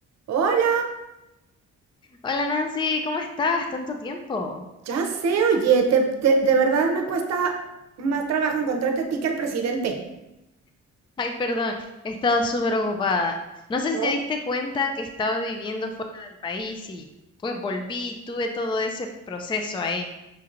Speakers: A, on the right; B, on the left.
A: Hola,
B: Hola Nancy, ¿cómo estás? Tanto tiempo.
A: ya sé, oye, te- te- de verdad me cuesta más trabajo encontrarte a ti que al presidente.
B: Ay, perdón, he estado súper ocupada. No sé
A: No.
B: si te diste cuenta que estaba viviendo fuera del país y pues volví, y tuve todo ese proceso ahí.